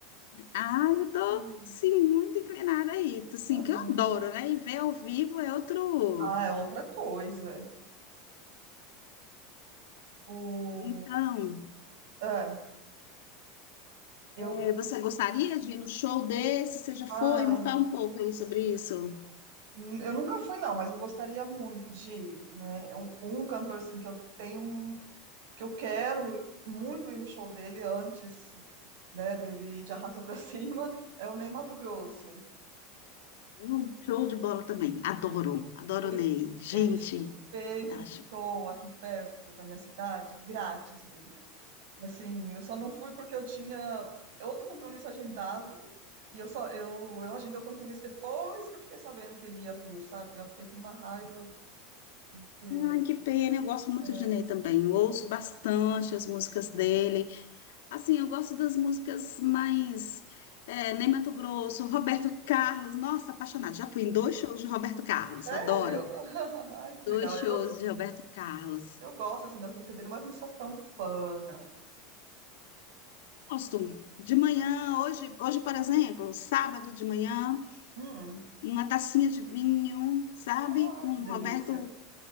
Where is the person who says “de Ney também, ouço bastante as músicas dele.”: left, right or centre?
Left